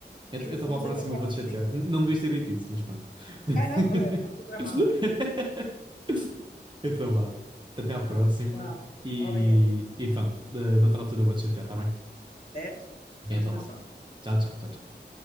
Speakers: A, on the right; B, on the left.
A: Eu
B: e no
A: estava
B: fundo,
A: à
B: desabafar
A: próxima, vou-te
B: um bocadinho.
A: chatear. N- Não devias ter dito isso, mas pronto. <laughs>
B: Ah, não? Epá, estou tramada.
A: Então vá. Até à próxima.
B: Ah, já.
A: E,
B: Obrigadinho.
A: e pronto, eh, noutra altura eu vou-te chatear, tá bem?
B: Certo? Continuação.
A: Então vá. Tchau, tchau, tchau, tchau.